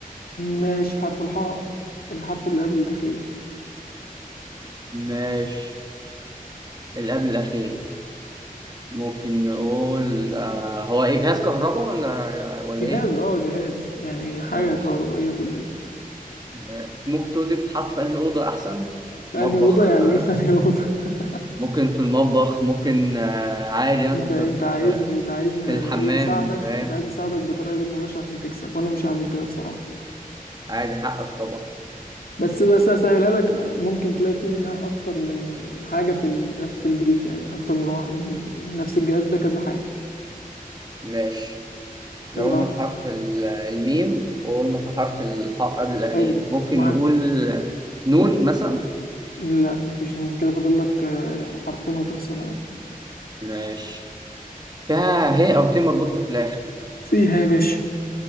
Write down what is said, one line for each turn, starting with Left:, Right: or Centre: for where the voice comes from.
Left: ماشي حرف الحاء الحرف اللي قبل الاخير
Right: ماشي اللي قبل الاخير ممكن نقول آه هو اجهاز كهرباء ولا ولا
Left: جهاز
Right: ايه
Left: اه جهاز يعني حاجة
Right: ماشي
Left: كهربائية في البيت
Right: م- ممكن تقول لي بتحط في انهي اوضه احسن
Left: فأنهي
Right: مطبخ
Left: أوضة يعني
Right: آه
Left: ايه فأنهي أوضة <laughs>
Right: ممكن في المطبخ ممكن آه عادي مثلا
Left: انت
Right: تبقى
Left: انت عايزني
Right: في
Left: انت عايزني
Right: في الحمام
Left: ايه اساعدك
Right: فاهم
Left: انت عايزني اساعدك بطريقة غير مباشرة عشان تكسب وانا مش هعمل كده بصراحة
Right: عادي حقك طبعا
Left: بس بس اسهلها لك ممكن تلاقي فيه منها اكتر من حاجه في ال... في نفس في البيت يعني اكتر من, وا... من من نفس الجهاز ده كذا حاجه
Right: ماشي
Left: كذا
Right: لو قلنا
Left: واحد
Right: حرف ال- الميم وقلنا حرف الحاء قبل الأخير
Left: حلو
Right: ممكن
Left: معاك
Right: نقول نون مثلا
Left: لا مفيش نون كده فاضل لك آه، حرفين وتخسر ها
Right: ماشي فيها هي أو ت مربوطة في الآخر
Left: فيها يا باشا